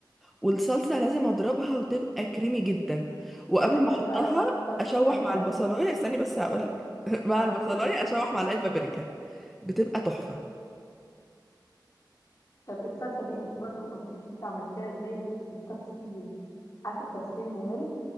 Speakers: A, in the centre; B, on the left (about 45°).
A: والصلصة لازم أضربها وتبقى كريمي جدا وقبل
B: أقول لك
A: ما آه.
B: أنا
A: أحطها
B: بقى على الصلصة
A: أشوح
B: التانية
A: مع
B: بقى
A: البصلاية
B: الصلصة
A: استني بس هقولك
B: طب
A: <laughs> مع
B: أقول
A: البصلاية أشوح معلقة بابريكا بتبقى تحفة
B: طب الصلصه دي انت برضو ما قلتليش انت عملتيها ازاي بت- بالتفصيل عارفه التفصيل الممل